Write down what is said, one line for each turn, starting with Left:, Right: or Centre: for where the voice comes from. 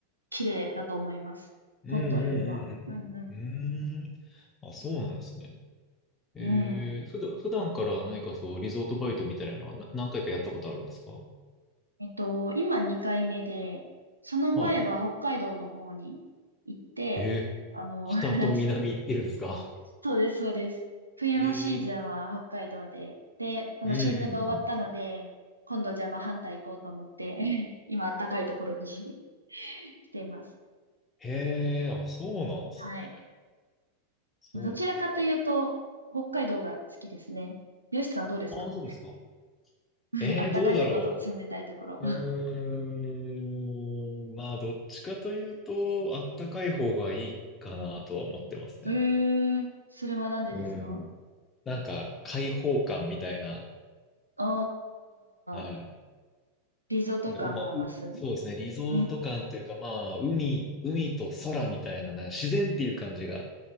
Right: 綺麗だと思います。
Left: うん
Right: 本当よりは。うんうん。
Left: うんうんうんうん。うーん。あ、そうなんですね。えー、
Right: うん
Left: 普段、普段から何かそう、リゾートバイトみたいなのはな何回かやったことあるんですか
Right: えっと、今2回目で、その前は北海道の方に行って、
Left: はい。えー、
Right: あの、
Left: 北と南いるんですか
Right: <laughs> そうです、そうです。冬のシーズンは北海道で、
Left: え
Right: で、あのシーズンが終わったので、
Left: ー、うんうんうん。
Right: 今度じゃあまあ反対行こうと思って、<laughs> 今暖かいところに <laughs> 来ています。
Left: へえ、あ、そうなんですね。
Right: はい。
Left: そうか。
Right: どちらかというと、北海道が好きですね。よしさんどうですか
Left: あ、そうですか。
Right: <laughs>
Left: えー、
Right: 暖かいところと冷たいところ。
Left: どうだろう。うーん、まあ、どっちかというと、あったかい方がいいかなとは思ってますね。
Right: ええそれはなんでですか
Left: うん。なんか、開放感みたいな、
Right: あ
Left: はい。
Right: あー、リゾート感が増す。
Left: うま、う、そうですね、リゾート感というか、
Right: うん、
Left: まあ、海、海と空みたいな、なんか自然っていう感じが、